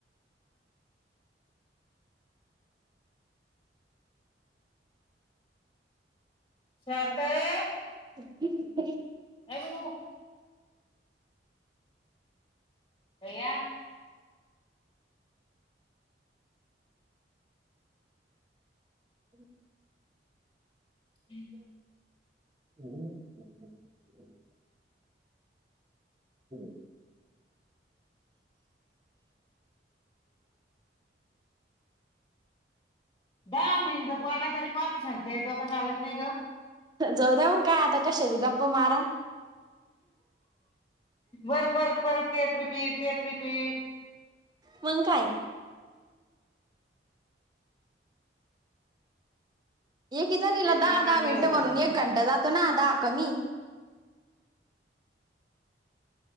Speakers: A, on the left; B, on the right.
A: सार्थक
B: <inaudible>
A: ये बु भैय्या!
B: <inaudible>
A: हम्!
B: हम्म! हम्म!
A: दहा मिनिट बोला तरी कोणा सांगित डोकं चालत नाही ग.
B: जाऊ दऊन काय आता कशा व गप्प मारा.
A: बर परत परत तेच रिपीट. तेस रिपीट.
B: मग काय एकी जणीला
A: त्याच्यामुळे
B: दहा दहा
A: ते
B: मिनिटं
A: होत
B: म्हणून
A: मग
B: एक घंटा जातो ना दहा कमी.